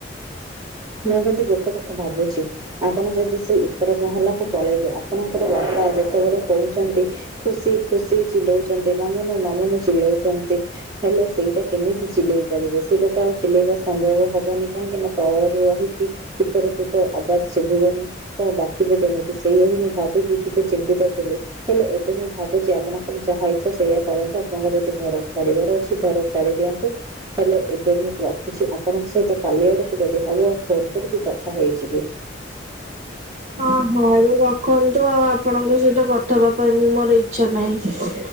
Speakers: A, on the right; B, on the right.
A: ମୁଁ କିନ୍ତୁ ଗୋଟେ କଥା ଭାବୁଚି। ଆପଣ ଯଦି ସେଇ ଉପର ମହଲା କୁ ପଳେଇବେ, ଆପଣଙ୍କର ବାପା ଯେତେବେଳେ କହୁଚନ୍ତି। ଖୁସି ଖୁସି ଚିଲଉଚନ୍ତି, ମାମୁନୁ ମାମୁନୁ ଚିଲଉଚନ୍ତି। ହେଲେ ସେଇଟା କେମିତି ଚିଲେଇ ପାରିବେ, ସେଇଟା ତ ଆଉ ଚିଲେଇବା ସମ୍ଭବ ହବନି। କାହିଁକି ନା ତଳ ରହିକି ଉପରକୁ ତ ଆବାଜ୍ ଶୁଭିବନି। ତ ଡ଼ାକିବେ କେମିତି? ସେଇଆ ହି ମୁଁ ଭାବିକି ଟିକେ ଚିନ୍ତିତ ଥିଲି। ହେଲେ ଏବେ ମୁଁ ଭାବୁଚି ଙ୍କର ଯାହା ଇଚ୍ଛା ସେଇଆ କରନ୍ତୁ, ଆପଣଙ୍କ ଯଦି ଘର ଛାଡ଼ି ବାର ଅଛି। ଘର ଛାଡ଼ି ଦିଅନ୍ତୁ, ହେଲେ ଏବେ ମୁଁ ରଖୁଚି। ଆପଣଙ୍କ ସହିତ କାଲି ଆଡ଼କୁ ଯଦି ହବ, ଫୋନ୍ କରିକି କଥା ହେଇଯିବି।
B: ହଁ ହଁ ଏବେ ରଖନ୍ତୁ, ଆଉ ଆପଣଙ୍କ ସହିତ କଥା ହେବା ପାଇଁ ବି ମୋର ଇଚ୍ଛା ନାହିଁ।